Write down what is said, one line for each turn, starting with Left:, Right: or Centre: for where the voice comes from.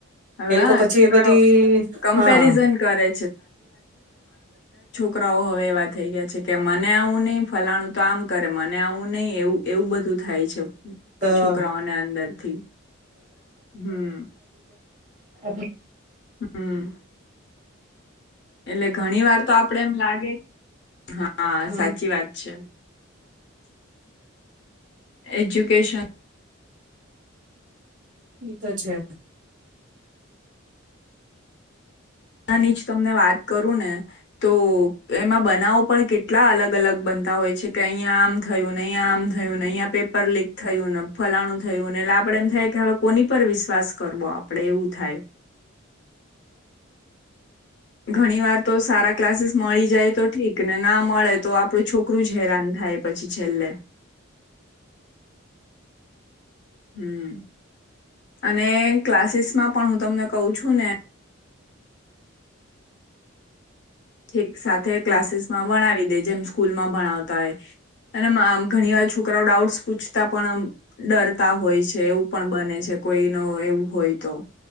Left: હવે
Right: એ લોકો
Left: હા
Right: પછી
Left: છોકરાઓ
Right: એ બધી
Left: કમ્પેરિઝન
Right: હા.
Left: કરે છોકરા હવે એવા થઈ ગયા છે કે મને આવું નહીં ફલાણું તો આમ કરે મને. અને આવું નહી એવું એવું બધું થાય છે.
Right: તો
Left: છોકરાઓને અંદરથી હમ
Right: <unintelligible>
Left: હમ્મ એટલે ઘણી વાર તો આપડે એમ લાગે. હા
Right: હમ
Left: સાચી વાત છે. એજ્યુકેશન.
Right: ઈ તો છે.
Left: હા નિ તમને વાત કરું ને તો. એમાં બનાવો પણ કેટલા. કેટલા અલગ અલગ બનતા હોય છે કે અહીંયા આમ. થયું નહીયા આમ થયું ન અંયા પેપર લીક થયું. ફલાણું થયું એટલે આપણેે એમ થાય કે હવે કોની પર વિશ્વાસ કરવો આપણેે એવું થાય. ઘણી વાર. તો સારા ક્લાસીસ મળી જાય. તો ઠીક ને ના મળે તો આપણું છોકરું જ હેરાન થાય પછી છેલ્લે. હમ અને ક્લાસીસમાં પણ હું તમને કઉ છું ને થેરિક સાથે ક્લાસીસમાં ભણાવી દે જેમ સ્કૂલમાં ભણાવતા હોય અને મા ઘણીવાર છોકરાઓ ડાઉટ્સ પૂછતા પણ ડરતા હોય છે એવું પણ બને છે કોઈ ન એવું હોય તો.